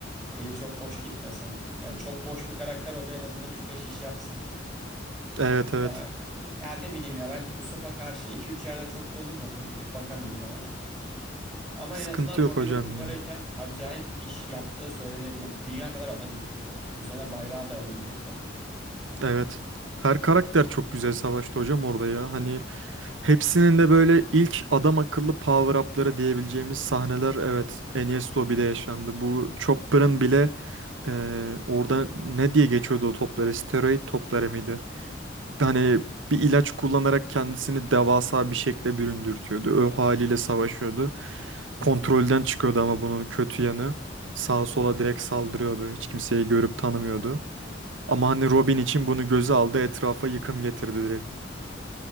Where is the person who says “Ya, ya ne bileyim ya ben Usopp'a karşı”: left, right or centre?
Centre